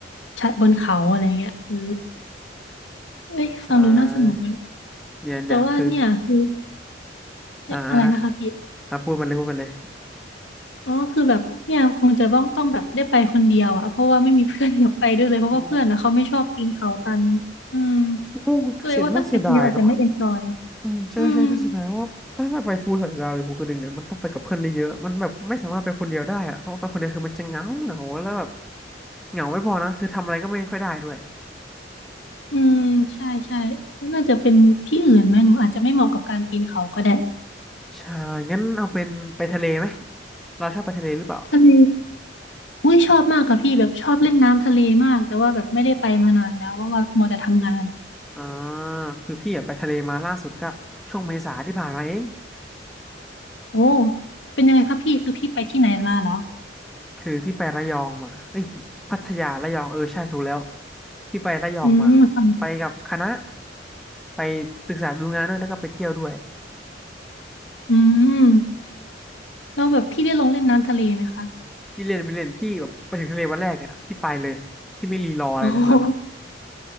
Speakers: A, on the left; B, in the centre.
A: ชะบนเขาอะไรเงี้ยเออเอ้ยฟังดูน่าสนุกเลย
B: ใช่เนี่ยเนี่ยคือ
A: แต่ว่าเนี่ยคือเนี่ยอะไรนะคะพี่
B: อ่าอ่าพูดมันเลยพูดมันเลย
A: อ๋อคือแบบเนี่ยคงจะต้องต้องแบบได้ไปคนเดียวอะเพราะว่าไม่มีเพื่อนอยากไปด้วยเลยเพราะว่าเพื่อนนะเขาไม่ชอบปีนเขากัน
B: อ๋อ
A: อืม
B: โอ้น่าเสียน่าเสียดายเนาะ
A: ก็เลยว่าถ้าไปคนเดียวอาจจะไม่เอนจอย
B: อืมใช่ใช่ถ้าเสียดายว่าถ้าแบบไปภูสอยดาวหรือภูกระดึงเนี่ยมันต้องไปกับเพื่อนได้เยอะมันแบบไม่สามารถไปคนเดียวได้อะเพราะว่าไปคนเดียวคือมันจะเหงาเหงาแล้วแบบ
A: อืม
B: เหงาไม่พอนะคือทำอะไรก็ไม่ค่อยได้ด้วย
A: อืมใช่ใช่น่าจะเป็นที่อื่นไหมหนูอาจจะไม่เหมาะกับการปีนเขาก็ได้
B: ใช่งั้นเอาเป็นไปทะเลไหมเราชอบไปทะเลหรือเปล่า
A: ทะเลอุ้ยชอบมากค่ะพี่แบบชอบเล่นน้ำทะเลมากแต่ว่าแบบไม่ได้ไปมานานแล้วเพราะว่ามัวแต่ทำงาน
B: อ่าคือพี่อะไปทะเลมาล่าสุดก็ช่วงเมษาที่ผ่านมาเอง
A: โอ้เป็นยังไงคะพี่คือพี่ไปที่ไหนมาเหรอ
B: คือพี่ไประยองมาเอ้ยพัทยาระยองเออใช่ถูกแล้วพี่ไประยองมา
A: อืมค่ะ
B: ไปกับคณะไปศึกษาดูงานด้วยแล้วก็ไปเที่ยวด้วย
A: อืมแล้วแบบพี่ได้ลงเล่นน้ำทะเลไหมคะ
B: พี่เล่นพี่เล่นพี่แบบไปถึงทะเลวันแรกเนี่ยพี่ไปเลยพี่ไม่รีรออะไรเลยทั้งนั้นอ่ะ
A: โอ้โห